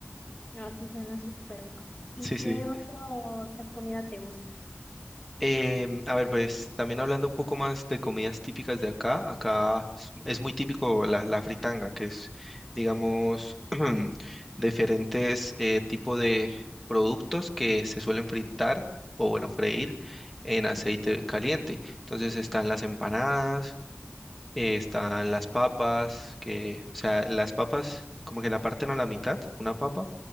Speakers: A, on the left; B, in the centre.
A: No, sí, suena súper rico. ¿Y
B: Sí,
A: qué
B: sí.
A: otro, otra comida te gusta?
B: Em, a ver, pues también hablando un poco más de comidas típicas de acá, acá es es muy típico la, la fritanga, que es, digamos, <clears throat> diferentes tipos de productos que se suelen fritar o, bueno, freír en aceite caliente. Entonces están las empanadas, eh, están las papas, que, o sea, las papas como que la parten a la mitad, una papa,